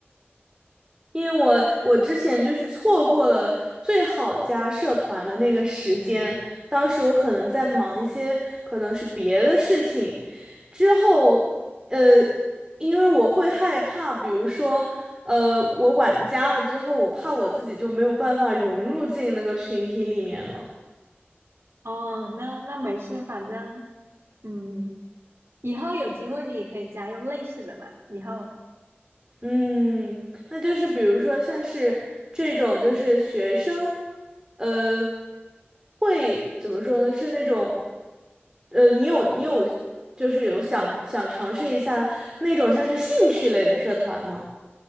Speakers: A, on the right; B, on the right.
A: 因为我我之前就是错过了最好加社团的那个时间，
B: <laughs> 嗯。
A: 当时我可能在忙一些可能是别的事情，之后呃，因为我会害怕，比如说呃，我晚加了之后，我怕我自己就没有办法融入进那个群体里面了。
B: 哦，那那没事，反正嗯，以后有机会你也可以加入类似的嘛。以后
A: 嗯，那就是比如说像是这种，就是学生，呃，会怎么说呢？是那种，呃，你有你有，就是有想想尝试一下那种像是兴趣类的社团吗？